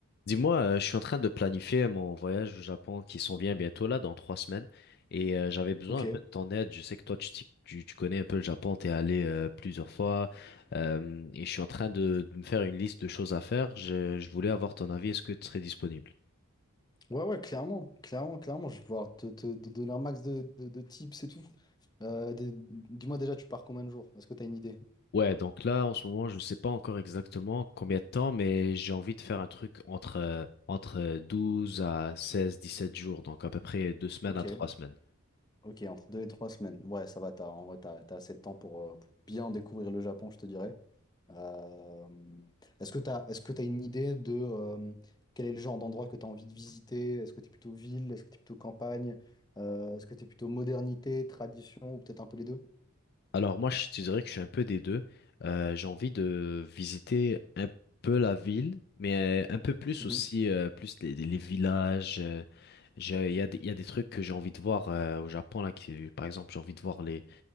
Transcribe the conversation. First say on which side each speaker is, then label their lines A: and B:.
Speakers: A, on the left (about 45°); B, on the left (about 20°).
A: Dis-moi, euh, je suis en train de planifier mon voyage au Japon qui s'en vient bientôt là, dans trois semaines, et euh, j'avais besoin
B: Ok.
A: un peu
B: Ouais,
A: de ton aide. Je sais que toi, tu, t'y- tu, tu connais un peu le Japon, t'es allé euh, plusieurs fois, euh, et je suis en train de, de me faire une liste de choses à faire. Je, je voulais avoir ton avis. Est-ce que tu serais disponible?
B: ouais, clairement. Clairement, clairement. Je vais pouvoir te, te- te donner un max de, de- de tips et tout. Euh, des- dis-moi déjà, tu pars combien de jours? Est-ce que tu as une idée?
A: Ouais, donc là, en ce moment, je ne sais pas encore exactement combien de temps, mais j'ai envie de faire un truc entre euh, entre euh, 12 à 16, 17 jours, donc à peu près deux semaines
B: Ok.
A: à trois semaines.
B: Ok, entre deux et trois semaines. Ouais, ça va, t'as, en vrai, t'as, t'as assez de temps pour, euh, pour bien découvrir le Japon, je te dirais. Euh, est-ce que t'as, est-ce que t'as une idée de euh, quel est le genre d'endroit que tu as envie de visiter? Est-ce que tu es plutôt ville? Est-ce que tu es plutôt campagne? Euh, est-ce que tu es plutôt modernité, tradition ou peut-être un peu les deux?
A: Alors moi, je te dirais que je suis un peu des deux. Euh, j'ai envie de visiter un peu la ville, mais euh, un peu plus
B: Mhm.
A: aussi, euh, plus les, les villages. euh, j'ai- Il y a, des- il y a des trucs que j'ai envie de voir euh, au Japon, là, qui, par exemple, j'ai envie de voir les,